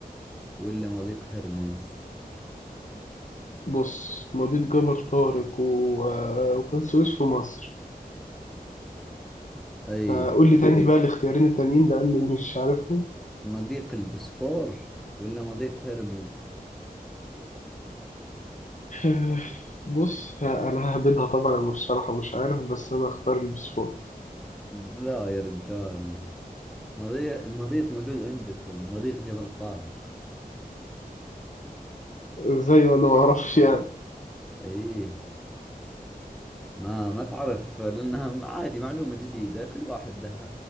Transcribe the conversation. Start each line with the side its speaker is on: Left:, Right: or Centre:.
Centre: ولا مضيق هرمز
Left: بص مضيق جبل طارق و... آه، وقناة السويس في مصر
Centre: أي
Left: فقول لي تاني بقى الاختيارين التانيين لأني مش عارفهم
Centre: مضيق البسفور ولا مضيق هرمز
Left: آه، بص ه- أنا ههبدها طبعا أنا مش شرحة مش عارف بس أنا هختار البسفور
Centre: لا يا رجال مضيق المضيق موجود عندكم مضيق جبل طارق
Left: إزاي وأنا معرفش يعني
Centre: ايه ما ما تعرف لانها عادي معلومة جديدة كل واحد له